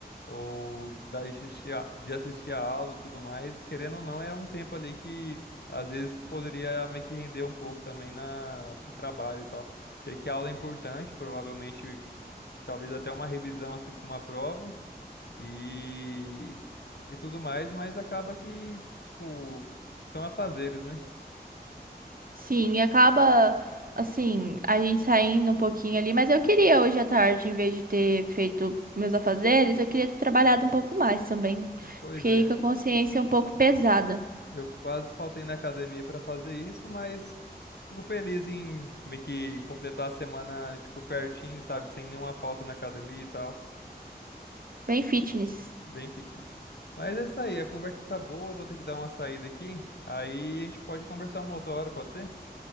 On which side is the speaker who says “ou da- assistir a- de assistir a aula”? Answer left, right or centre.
Left